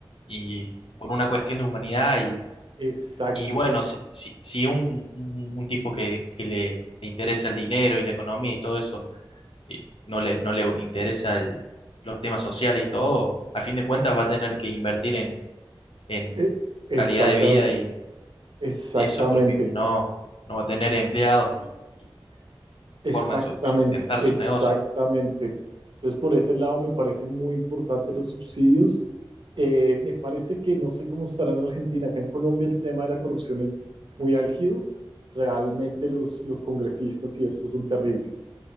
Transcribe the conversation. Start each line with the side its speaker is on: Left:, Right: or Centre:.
Left: y por una cuestión de humanidad. Y,
Right: exacto,
Left: y bueno,
Right: entonces,
Left: si, si, si un, un- un tipo que, que le, le interesa el dinero y la economía y todo eso, eh, no le, no le interesa el- los temas sociales y todo, a fin de cuentas va a tener que invertir en, en
Right: eh, exactamente,
Left: calidad de vida
Right: exactamente.
Left: eso porque si no, no va a tener empleados y, y
Right: Exactamente,
Left: forma de su- sustentar
Right: exactamente.
Left: su negocio.
Right: Entonces, por ese lado me parece muy importante los subsidios. Eh, me parece que no sé cómo estará en Argentina, acá en Colombia el tema de la corrupción es muy álgido. Realmente los, los congresistas y estos son terribles